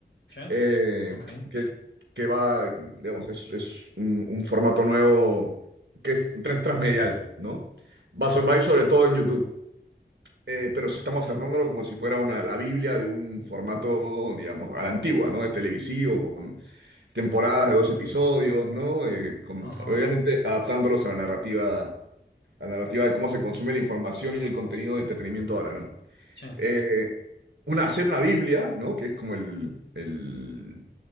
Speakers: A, on the left; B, on the right.
A: Sí,
B: eh,
A: ok.
B: que, que va, digamos, es, es un, un formato nuevo que es tres transmedial, ¿no?
A: Sí.
B: Va, so- va a ir sobre todo en YouTube, eh, pero se estamos
A: Ok.
B: tratándolo como si fuera una, la Biblia de un formato, digamos, a la antigua, ¿no? De televisivo, con temporadas de dos episodios, ¿no? Eh, con-
A: Ajá.
B: obviamente adaptándolos a la narrativa, a la narrativa de cómo se consume la información y el contenido de entretenimiento ahora, ¿no?
A: Sí,
B: eh, una, hacer una Biblia, ¿no? Que es como el, el-